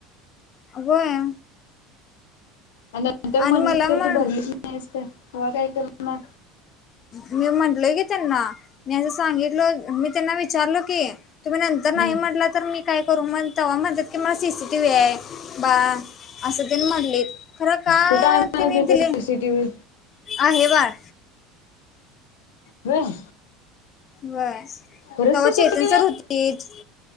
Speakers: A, on the left; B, on the left.
A: होय.
B: आणि नंतर
A: आणि
B: म्हणली
A: मला म्हण
B: तर तू भरलीच नाहीस तरं, तवा काय करणार?
A: मी म्हटलंय की त्यांना मी असं सांगी तलो मी त्यांना विचारलो की तुम्ही नंतर नाही
B: हम्म.
A: म्हटला तर मी काय करू मग, तव्हा म्हणतात की मला सी सी टी व्ही आहे बाळं. असं त्याने म्हटलेत खरं का
B: कुठं आहे म्हणत
A: तिने
B: होते
A: दिले
B: सीसीटीव्ही
A: आहे बाळं.
B: होय.
A: होय
B: खरंच
A: तवा
B: सीसीटीव्ही
A: चेतन सर
B: आहे
A: होतीत,